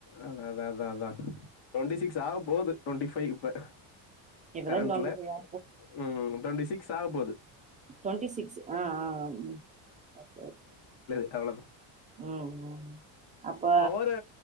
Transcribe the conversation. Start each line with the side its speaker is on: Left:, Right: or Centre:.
Left: அதா அதா அதா அதா டுவெண்டி சிக்ஸ் ஆக போகுது டுவெண்ட்டி ஃபைவ் இப்ப
Right: இப்பதா
Left: கரண்ட்ல
Right: டுவெண்டி ஃபைவ் ஆ
Left: உம் டுவெண்டிசிக் ஸ் ஆகபோது
Right: டுவண்டிசிக்ஸ் ஆ ஆ ஓகே
Left: அவ்ள தா
Right: உம் உம் அப்போ
Left: அவரு